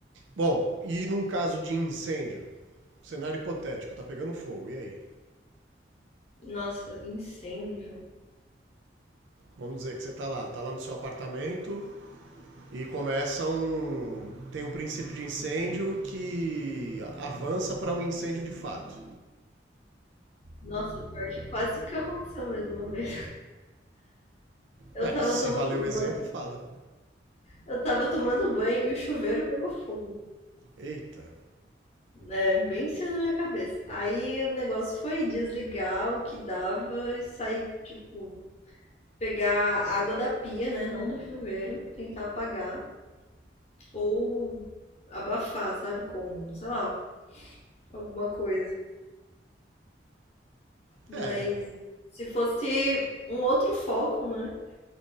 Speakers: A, on the right; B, on the left.
A: Bom, e num caso de incêndio? Cenário hipotético, tá pegando fogo, e aí?
B: Nossa, incêndio.
A: Vamos dizer que você tá lá, tá lá no seu apartamento e começa um. Tem um princípio de incêndio que avança para um incêndio de fato.
B: Nossa, pior que quase que aconteceu mais uma vez. Eu
A: Ué,
B: tava
A: se
B: tomando
A: valer o exemplo,
B: banho,
A: fala.
B: eu tava tomando banho e o chuveiro pegou fogo.
A: Eita.
B: né? bem em cima da minha cabeça. Aí o negócio foi desligar o que dava e sair, tipo, pegar a água da pia, né? Não do chuveiro, tentar apagar. Ou abafar, sabe? Com, sei lá, alguma coisa. Mas
A: É.
B: se fosse um outro foco, né?